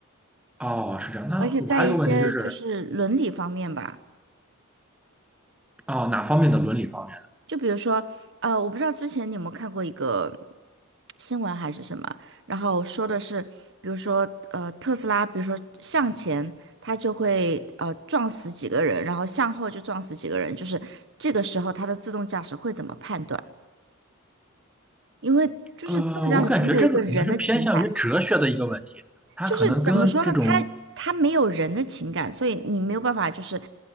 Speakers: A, in the centre; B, on the right (about 55°).
A: 哦，是这样。那我还有个问题就是，
B: 而且在一些就是伦理方面吧。
A: 哦，哪方面的伦理方面
B: 就比如说，呃，我不知道之前你有没有看过一个新闻还是什么，然后说的是，比如说，呃，特斯拉，比如说向前，它就会呃撞死几个人，然后向后就撞死几个人，就是这个时候它的自动驾驶会怎么判断？因为就是自动驾驶它没有一个人的情感，
A: 的？呃，我感觉这个可能是偏向于哲学的一个问题，它可能跟这种
B: 就是怎么说呢，它它没有人的情感，所以你没有办法就是